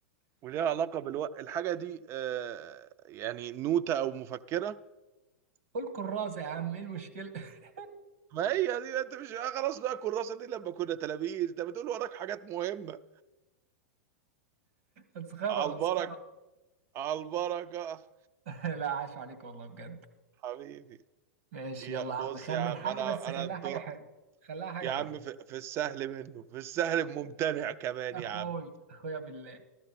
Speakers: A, on the right (about 35°); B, on the right (about 75°).
A: وليها علاقة بالوقت الحاجة دي آه يعني نوتة أو مفكرة
B: قول كراسة يا عم ايه المشكلة <laughs>
A: ما هي دي انت مش آه، خلاص بقى الكراسة دي لما كنا تلاميذ انت بتقول وراك حاجات مهمة
B: مسخرة
A: على البركة
B: مسخرة
A: على البركة
B: <laughs> لا عاش عليك والله بجد
A: حبيبي
B: ماشي
A: يا
B: يلا
A: بص
B: يا عم خمن
A: يا عم
B: حاجة
A: انا
B: بس خليها
A: انا الدور
B: حاجة حلوة خليها حاجة
A: يا
B: حلوة
A: عم في, في السهل منه في السهل ممتنع كمان
B: اخوي
A: يا عم
B: اخويا بالله